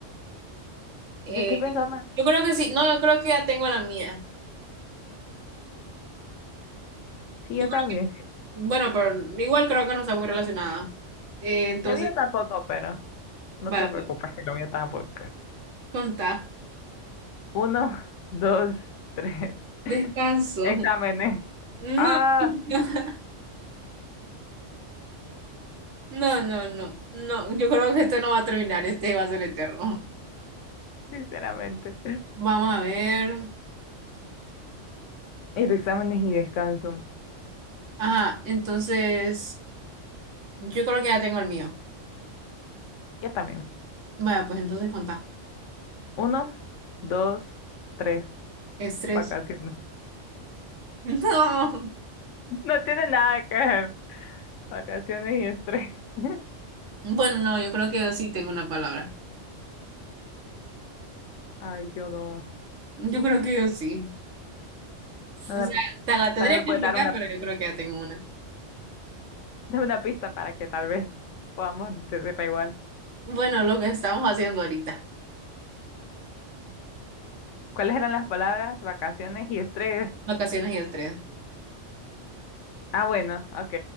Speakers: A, on the right; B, on the left.
A: Eh,
B: Yo estoy pensando,
A: yo creo que sí, no, yo creo que ya tengo la mía.
B: sí,
A: Yo
B: yo
A: creo
B: también.
A: que, bueno, pero igual creo que no está muy relacionada. Eh, entonces,
B: La mía tampoco, pero. No
A: vaya,
B: te preocupes,
A: pues,
B: que lo mío tampoco.
A: contá.
B: Uno, dos, tres. <laughs>
A: Descanso.
B: Exámenes.
A: No,
B: Ah,
A: <laughs> no, no, no, no. Yo creo que este no va a terminar, este va a ser eterno.
B: sinceramente.
A: Vamos a ver.
B: Ir exámenes y descanso.
A: Ajá, entonces, yo creo que ya tengo el mío.
B: Yo también.
A: Vaya, pues entonces contá.
B: Uno, dos, tres.
A: Estrés.
B: Vacaciones. <laughs>
A: <laughs>
B: No tiene nada que ver. Vacaciones y estrés. <laughs>
A: No. Bueno, no, yo creo que yo sí tengo una palabra.
B: Ay, yo no.
A: Yo creo que yo sí.
B: no
A: O
B: me-
A: sea, te la tendría
B: tal vez me
A: que
B: puede
A: explicar,
B: dar una,
A: pero yo creo que ya tengo una.
B: <laughs> dame una pista para que tal vez podamos decirla igual.
A: Bueno, lo que estamos haciendo ahorita,
B: ¿Cuáles eran las palabras? Vacaciones y estrés.
A: vacaciones y estrés.
B: Ah, bueno, ok.